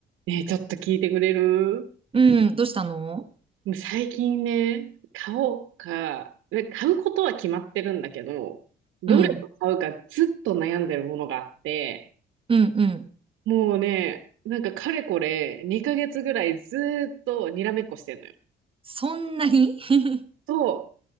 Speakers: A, on the right; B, on the right.
A: ねえ、ちょっと聞いてくれる
B: うん、どうしたの
A: もう最近ね、買おうか、で買うことは決まってるんだけど、どれを買うかずっと悩んでるものがあって、
B: うん、うん、うん。
A: もうね、なんかかれこれ2ヶ月ぐらいずーっとにらめっこしてんのよ。
B: そんなに <laughs>
A: そ